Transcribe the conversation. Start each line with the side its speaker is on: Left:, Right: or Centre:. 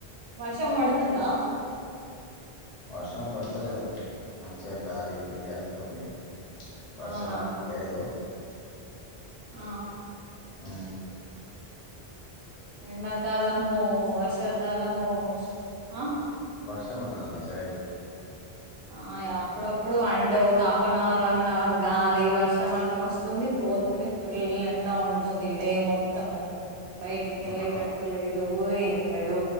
Right: వర్షం పడుతుందా
Left: వర్షం పడతలేదు మంచిగా గాలి గీలి వస్తుంది వర్షమైతే
Right: అవునా
Left: లేదు
Right: ఆ
Left: ఊ
Right: ఎండాకాలము వర్షాకాలము ఆ
Left: వర్షం ఉన్నదా మీ సైడ్
Right: ఆ అప్పుడప్పుడు అంటే ఒక half an hour one an hour గాలి వర్షం అట్లా వస్తుంది పోతుంది ఫుల్ ఎండ ఉంటుంది డే మొత్తము బయటికి
Left: మా
Right: వెళ్ళేటట్టు లేదు ఏం లేదు